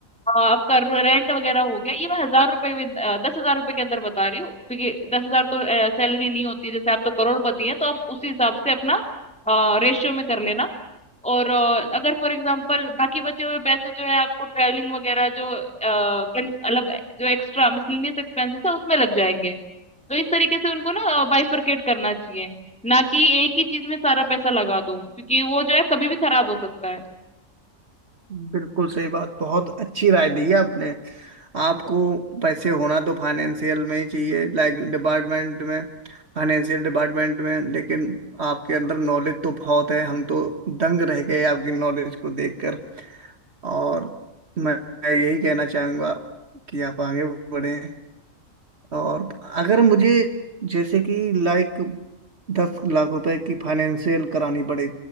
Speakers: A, in the centre; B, on the right.
A: अ, आपका रेंट वगैरह हो गया ये मैं हजार रुपए में अ, दस हजार रुपए के अंदर बता रही हूँ क्योंकि दस हजार तो सैलरी नहीं होती है जैसे आप तो करोड़पति हैं तो आप उसी हिसाब से अपना रेशियो में कर लेना और अ, अगर फॉर एग्जांपल बाकी बचे हुए पैसे जो है आपको ट्रैवलिंग वगैरह जो अ, कन- मतलब जो एक्स्ट्रा मिसलिनियस एक्सपेंसेस है उसमें लग जाएंगे तो इस तरीके से उनको ना बाइफरकेट करना चाहिए ना कि एक ही चीज में सारा पैसा लगा दो क्योंकि वो जो है कभी भी खराब हो सकता है
B: बिल्कुल सही बात बहुत अच्छी राय दी है आपने आपको पैसे होना तो फाइनेंशियल में ही चाहिए लाइक डिपार्टमेंट में फाइनेंशियल डिपार्टमेंट में लेकिन आपके अंदर नॉलेज तो बहुत है हम तो दंग रह गए आपकी नॉलेज को देखकर और मैं मैं यही कहना चाहूँगा कि आप आगे बढ़े और अगर मुझे जैसे कि लाइक दस लाख रुपए की फाइनेंशियल करानी पड़े